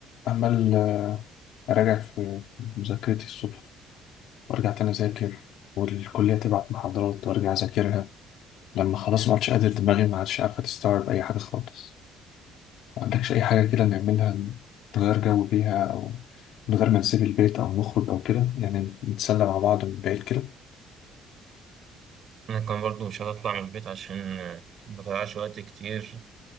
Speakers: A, on the left (about 65°); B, on the right (about 45°).
A: عمال أراجع في مذاكرتي الصبح وأرجع تاني أذاكر والكلية تبعت محاضرات وأرجع أذاكرها لما خلاص ما عادش قادر دماغي ما عادش عارفة تستوعب أي حاجة خالص ما عندكش أي حاجة كده نعملها نغير جو بيها أو من غير ما نسيب البيت أو نخرج أو كده يعني نتسلى مع بعض من بعيد كده
B: أنا كان برضو مش هطلع من البيت عشان آه، ما أضيعش وقت كتير